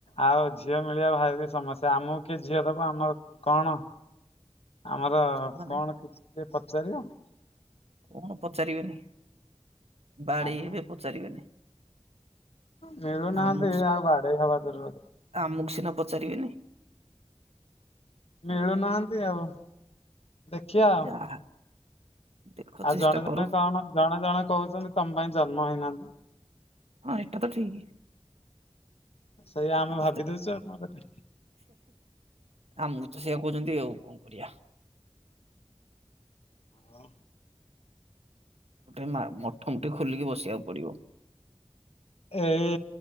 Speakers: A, on the left (about 70°); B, on the right (about 80°).
A: ଆଉ ଝିଅ ମିଳିବା ଭାରି ସମସ୍ୟା। ଆମକୁ କିଏ ଝିଅ ଦବ, ଆମର କଣ? ଆମର
B: ମାନେ
A: କଣ କିଛି ଟିକେ ପଚାରିବ?
B: କଣ ପଚାରିବେନି ବାଡେଇ
A: ନାଇଁ ମ
B: ହେବେ ପଚାରିବେନି।
A: ମିଳୁନାହାନ୍ତି
B: ଆମକୁ ସି-
A: ଆଉ ବାଡେଇ ହବା ଦୂରର କ
B: ଆମକୁ ସିନା ପଚାରିବେନି।
A: ମିଳୁନାହାନ୍ତି ଆଉ ଦେଖିବା ଆଉ।
B: ଯାହା ଦେଖ
A: ଆଉ
B: ଚେଷ୍ଟା
A: ଜଣେ
B: କର
A: ଜଣେ କଣ ଜଣେ ଜଣେ କହୁଛନ୍ତି ତମ ପାଇଁ ଜନ୍ମ ହେଇନାହାନ୍ତି।
B: ହଁ ଏଇଟା ତ ଠିକ୍।
A: ସେଇଆ ଆମେ
B: ମତେ
A: ଭାବି ଦଉଛୁ ଆଉ କଣ କଥା।
B: ଆମକୁ ତ ସେଇଆ କହୁଛନ୍ତି ଆଉ କଣ କରିବା।
A: ହୁ।
B: ଗୋଟେ ମା ମଠ ମୁଠି ଖୋଲିକି ବସିବାକୁ ପଡିବ।
A: ଏଇ